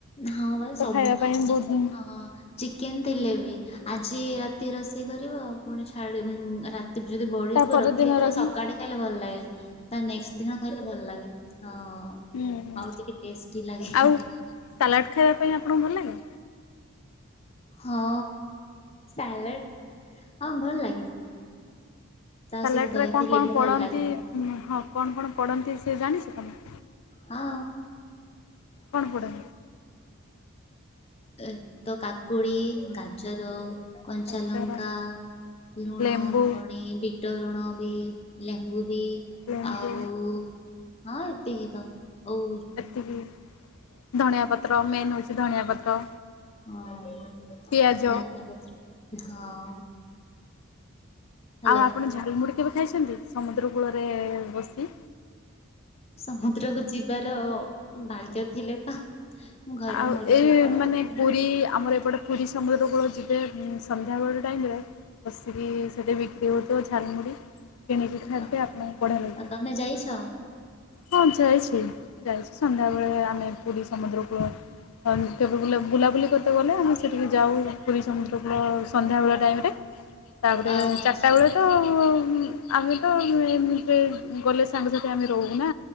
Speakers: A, on the left; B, on the left.
A: ହଁ ବା
B: ତ
A: ସବୁ
B: ଖାଇବା ପାଇଁ
A: ହଁ
B: ବହୁତ
A: ଚିକେନ ଥିଲେ ବି ଆଜି ରାତି ରାତି ରୋଷେଇ କରିବ ପୁଣି ଛାଡ଼ି ଉଁ ରାତ ଯଦି ବଳିଥିବ
B: ତା ପରଦିନ
A: ରଖିଦେଇଥିବ
B: ରଖି
A: ସକାଳେ ଖାଇଲେ ଭଲ ଲାଗେ ତା ନେକ୍ସଟ ଦିନ ଖାଇଲେ ଭଲ ଲାଗେ ହଁ
B: ହୁଁ।
A: ଆଉ ଟିକେ ଟେଷ୍ଟି ଲାଗେ।
B: ଆଉ ସାଲାଡ଼ ଖାଇବା ପାଇଁ ଆପଣଙ୍କୁ ଭଲ ଲାଗେ?
A: ହଁ ସାଲାଟ ହଁ ଭଲ ଲାଗେ। ତା
B: ସାଲେଟରେ
A: ସହିତ ଦହିଥିଲେ
B: କଣ କଣ
A: ବି ଭଲ
B: ପଡ଼ନ୍ତି
A: ଲାଗେ
B: ହଁ କଣ କଣ ପଡ଼ନ୍ତି ସେ ଜାଣିଚ ତମେ?
A: ହଁ।
B: କଣ ପଡେ
A: ଏ ତ କାକୁଡ଼ି ଗାଜର କଞ୍ଚାଲଙ୍କା
B: ଗାଜର,
A: ଲୁଣ
B: ଲେମ୍ବୁ,
A: ପଡେ ଭି ଟ ଲୁଣ ବି ଲେମ୍ବୁ ବି
B: ଲେମ୍ବୁ
A: ଆଉ ହଁ ଏତିକି ତ ହଉ
B: ଏତିକି ଧଣିଆ ପତ୍ର ମେନ୍ ହେଉଚି ଧଣିଆ ପତ୍ର
A: ହଁ
B: ପିଆଜ
A: ଧାନିଆ ପତ୍ର ହଁ ହ୍ୟାଲୋ
B: ଆଉ ଆପଣ ଝାଲମୁଡ଼ି କେବେ ଖାଇଚନ୍ତି ସମୁଦ୍ର କୂଳରେ ବସି?
A: ସମୁଦ୍ରକୁ ଯିବାର ଭାଗ୍ୟ ଥିଲେ ତ ମୁଁ ଘରେ
B: ଆଉ
A: ମରୁଛି
B: ଏଇ
A: କୁଆଡେ
B: ମାନେ
A: ଯିବି
B: ପୁରୀ ଆମର ଏପଟେ ପୁରୀ ସମୁଦ୍ରପକୂଳ ଯିବେ ଉଁ ସନ୍ଧ୍ୟାବେଳ ଟାଇମ୍ ରେ ବସିକି ସେଠି ବିକ୍ରି ହଉଥିବ ଝାଲମୁଢ଼ି କେଣିକି ଖାଇବେ
A: ହଁ
B: ଆପଣଙ୍କୁ ବଢିଆ ଲାଗିବ
A: ଆଉ ତମେ ଯାଇଛ?
B: ହଁ ଯାଇଚି ଯାଇଚି ସନ୍ଧ୍ୟାବେଳେ ଆମେ ପୁରୀ ସମୁଦ୍ରକୁ <unintelligible> କେବେ ବୁଲାବୁଲି କରତେ ଗଲେ ଆମେ ସେଠିକି ଯାଉ ପୁରୀ ସମୁଦ୍ର କୂଳ ସନ୍ଧ୍ୟାବେଳେ ଟାଇମରେ ତାପରେ
A: ଆଚ୍ଛା
B: ଚାରିଟା ବେଳେ <unintelligible> ଆମେ ତ ମିଳିମି ସେଥିରେ ଗଲେ ସାଙ୍ଗସାଥି ଆମେ ରହୁନା